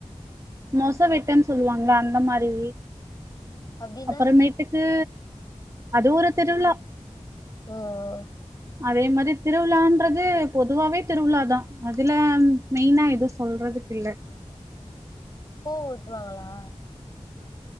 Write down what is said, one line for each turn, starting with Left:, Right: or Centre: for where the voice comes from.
Right: மோசா வெட் ட்டன் சொல்லுவாங்கல அந்த மாரி
Left: அப்டின்னா
Right: அப்பற மேட்டுக்கு அது ஒரு திருவிழா
Left: ஓ ஓ
Right: அதே மாரி திருவிழான்றதே பொதுவாவே திருவிழா தா அதுல மெய்னா எது சொல்றதுக்கில்ல
Left: பூ ஊத்துவாங்களா